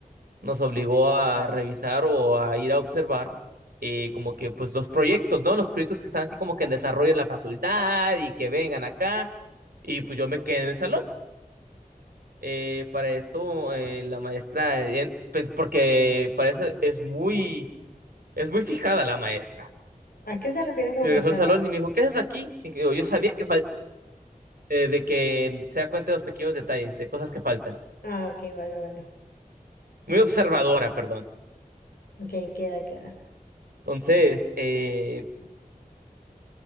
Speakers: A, on the right; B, on the left.
A: nos obligó a revisar o a ir a observar eh, como que pues los proyectos, ¿no? Los proyectos que están así como que en desarrollo en la facultad y que vengan acá. Y pues yo me quedé en el salón. Eh, para esto, eh, la maestra, eh, pe- porque para eso es muy, es muy fijada la maestra.
B: ¿A qué te refieres con
A: Regresó
B: fijada?
A: al salón y me dijo, ¿qué haces aquí? Dije, "Oh, yo sabía que fal- eh, de que se da cuenta de los pequeños detalles, de cosas que faltan.
B: Ah, ok, vale, vale.
A: Muy observadora, perdón.
B: Ok, queda, queda.
A: Entonces, eh,